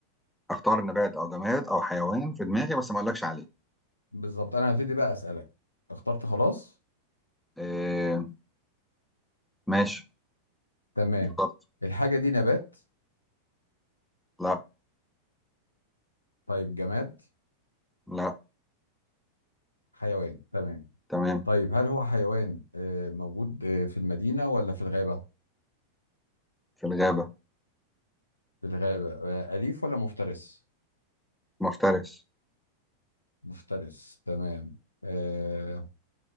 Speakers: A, in the centre; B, on the left.
A: اختار نبات او جماد او حيوان في دماغي بس ما اقولكش عليه
B: بالظبط انا هبتدي بقى اسالك اخترت خلاص
A: إيه ماشي
B: تمام
A: اخترت
B: الحاجه دي نبات
A: لا
B: طيب جماد
A: لا
B: حيوان تمام
A: تمام
B: طيب هل هو حيوان آه، موجود آه، في المدينة ولا في الغابة؟
A: في الغابة
B: في الغابة آه، أليف ولا مفترس؟
A: مفترس
B: مفترس تمام آه،